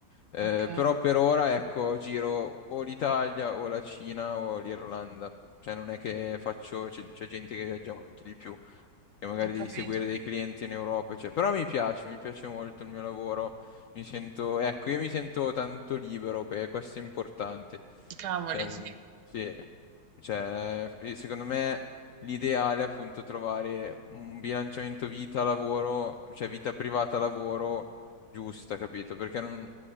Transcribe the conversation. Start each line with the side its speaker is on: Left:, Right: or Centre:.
Left: Eh,
Right: Ok,
Left: però per ora, ecco, giro o l'Italia o la Cina o l'Irlanda. Cioè non è che faccio, c'è c'è gente che viaggia molto di più che magari
Right: ho
Left: devi
Right: capito.
Left: seguire dei clienti in Europa, cioè, però mi piace, mi piace molto il mio lavoro, mi sento, ecco, io mi sento tanto libero, que- questo è importante,
Right: Cavoli,
Left: cioè, m-
Right: sì.
Left: sì, cioè, eh, secondo me l'ideale è appunto trovare un bilanciamento vita-lavoro, cioè vita privata-lavoro giusta, capito? Perché non,